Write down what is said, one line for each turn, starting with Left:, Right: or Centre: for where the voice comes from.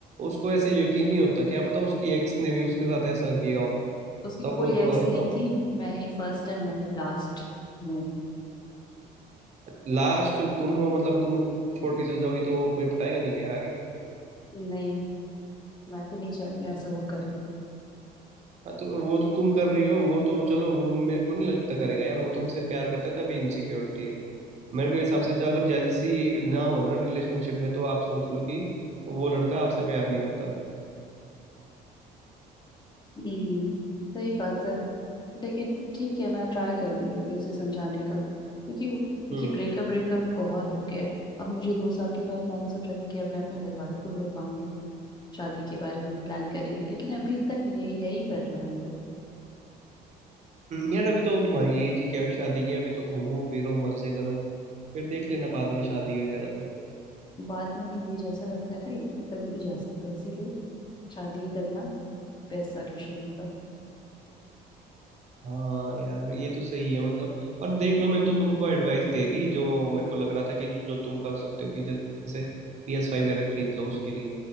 Right: उसको ऐसे यकीन नहीं होता क्या पता उसकी एक्स ने भी उसके साथ ऐसा किया हो
Left: उसकी कोई
Right: तब वो थोड़ा
Left: एक्स
Right: रहता
Left: नहीं
Right: हो
Left: थी मैं ही फर्स्ट एंड मैं ही लास्ट हूँ
Right: लास्ट तुम हो मतलब तुम छोड़ के चल जाओगी तो कोई पटाएगा नहीं क्या आगे
Left: नहीं मैं तो नहीं चाहती हूँ ऐसा वो करे
Right: हाँ तो वो तो तुम कर रही हो वो तो चलो वो मेरे को नहीं लगता करेगा यार वो तुमसे प्यार करता है तभी इनसिक्योरिटी है मेरे के हिसाब से जो अगर जेलसी ना हो ना रिलेशनशिप में तो आप सोच लो कि वो लड़का आपसे प्यार नहीं करता
Left: हम्म सही बात है लेकिन ठीक है मैं ट्राई करूंगी कि उसे समझाने का क्योंकि वो-
Right: हम्म
Left: ये ब्रेकअप ब्रेकअप बहुत हो गया है अब मुझे दो साल के बाद मैंने सोचा था कि अब मैं अपने घर वालों को भी बताऊंगी शादी के बारे में प्लान करेंगे लेकिन अभी तक ये यही कर रहे हैं हम लोग
Right: हम्म, यार अभी तो तुम्हारी एज ही क्या हुई शादी की अभी तो घूमो फिरो मजे करो फिर देख लेना बाद में शादी वगैरह तो
Left: बाद में नहीं ये जैसा लड़का है ना ये तो कभी भी जा सकता है इसीलिए शादी ही करना बेस्ट सॉल्यूशन होगा
Right: हाँ यार ये तो सही है मतलब पर देख लो मैंने तो तुमको एडवाइस दे दी जो मेरे को लग रहा था कि जो तुम कर सकते हो कि जैसे पी एस फाइव वगैरह खरीद लो उसके लिए